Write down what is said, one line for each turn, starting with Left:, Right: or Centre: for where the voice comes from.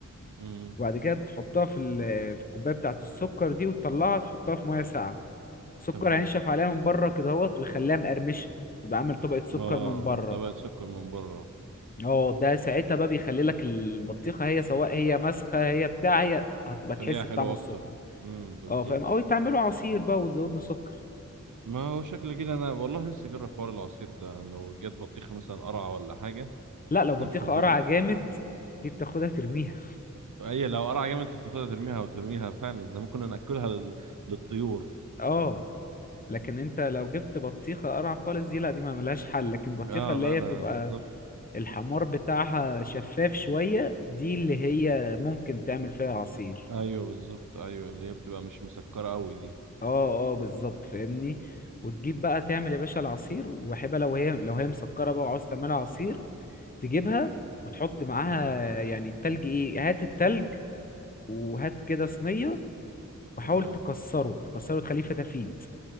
Right: امم
Left: وبعد كده تحطها في ال- في الكوبايه بتاعه السكر دي وتطلعها تحطها في ميه ساقعه السكر
Right: تمام
Left: هينشف عليها من بره كده اهوت ويخليها مقرمشه يبقى عامل طبقه سكر
Right: اه
Left: من بره
Right: طبقة سكر من بره
Left: اه ده ساعتها بقى بيخلي لك البطيخه هي سواء هي مسخه هي بتاع هي هتبقى تحس
Right: خليها حلوة
Left: بطعم السكر
Right: اكتر امم بالظبط
Left: اه فاهم او تعمله عصير بقى وتزود له سكر
Right: ما هو شكل كده انا والله لسه جرب حوار العصير ده لو جت بطيخة مثلا قرعة ولا حاجة
Left: لا
Right: <laughs>
Left: لو بطيخه
Right: في مرة
Left: قرعه جامد دي بتاخدها ترميها
Right: اي لو قرعة جامد انت بتاخدها ترميها وترميها فعلا زي ما كنا ناكلها لل... للطيور
Left: اه لكن انت لو جبت بطيخه قرعه خالص دي لا دي ما ملهاش حل لكن بطيخه
Right: اه
Left: اللي
Right: لا
Left: هي
Right: لا
Left: بتبقى
Right: بالظبط
Left: الحمار بتاعها شفاف شويه دي اللي هي ممكن تعمل فيها عصير
Right: ايوه بالظبط ايوه اللي هي بتبقى مش مسكره قوي دي
Left: اه اه بالظبط فاهمني وتجيب بقى تعمل يا باشا العصير وحبه لو هي لو هي مسكره بقى وعاوز تعملها عصير تجيبها وتحط معاها
Right: امم
Left: يعني التلج ايه هات التلج وهات كده صينية وحاول
Right: تمام
Left: تكسره تكسره تخليه فتافيت